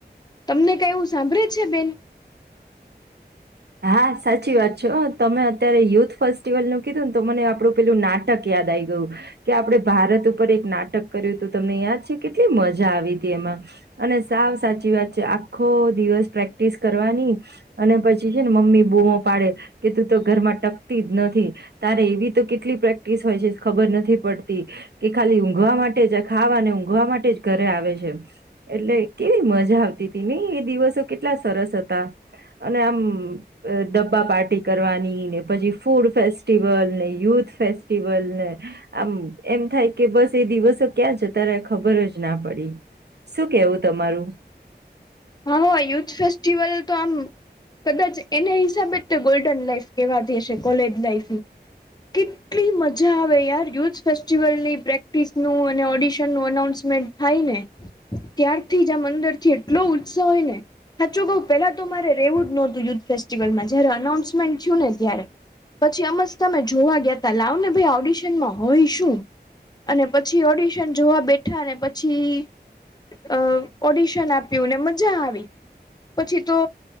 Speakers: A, on the left; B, on the right.
A: તમને કઈવું સાંભળે છે બેન
B: હા સાચી વાત છે તમે અત્યારે યુથ ફેસ્ટિવલ નું કીધું ને તો મને આપડું પેલું નાટક ય યાદ આવી ગયું કે આપડણે ભારત ઉપર એક નાટક કર્યું હતું તમને યાદ છે કેટલી મજા આવી હતી એમાં અને સાવ સાચી વાત છે આખો દિવસ પ્રેક્ટિસ કરવાની અને પછી ને મમ્મી બોમો પાડે કે તું તો ઘરમાં ટકતી જ નથી તારે એવી તો કેટલી પ્રેક્ટિસ હોય છે ખબર નથી પડતી કે ખાલી ઊંઘવા માટે જ ખાવા અને ઊંઘવા માટે જ ઘરે આવે છે. એટલે કેવી મજા આવતી હતી નહી એ દિવસો કેટલા સરસ હતા અને આમ ડબ્બા પાર્ટી કરવાની ને પછી ફૂડ ફેસ્ટિવલ ને યુથ ફેસ્ટિવલ ને આમ એમ થાય કે બસ એ દિવસો ક્યાં જતા રયા ખબર જ ના પડી. શું કેવું તમારું?
A: હા હ યુથ ફેસ્ટિવલ તો આમ કદાચ એના હિસાબે જ તે ગોલ્ડન લાઈફ કેવાતી હશે કોલેજ લાઈફ. કેટલી મજા આવે યાર યુથ ફેસ્ટિવલની પ્રેક્ટિસનું અને ઓડિશનનું અનાઉન્સ થાય ને ત્યારથી જ આ મંદર થી એટલો ઉત્સહ હોય ને સાચું કઉ પેલા તો મારે રહેવું જ નહોતું યુથ ફેસ્ટિવલમાં જયારે અનાઉન્સમેન્ટ થયું ને ત્યારે પછી આમજ તમે જોવા ગયાતા લાવને ભાઈ ઓડિશનમાં હોય શું? અને પછી ઓડિશન જોવા બેઠાને પછી અ ઓડિશન આપ્યું ને મજા આવી પછી તો